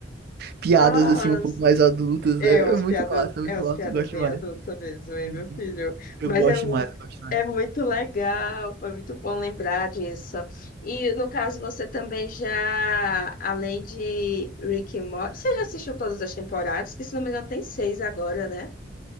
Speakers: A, on the right; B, on the left.
A: piadas
B: Nossa,
A: assim um pouco mais adultas,
B: é
A: né?
B: umas
A: É muito
B: piadas,
A: massa, é muito
B: é umas
A: massa,
B: piadas
A: eu gosto
B: bem
A: mais.
B: adultas mesmo, hein,
A: Uhum.
B: meu filho?
A: Eu
B: Mas
A: gosto
B: é, mu-
A: mais, eu gosto mais.
B: é muito legal, foi muito bom lembrar disso. E no caso, você também já, além de Rick and Morty, você já assistiu todas as temporadas? Que se não me engano tem seis agora, né?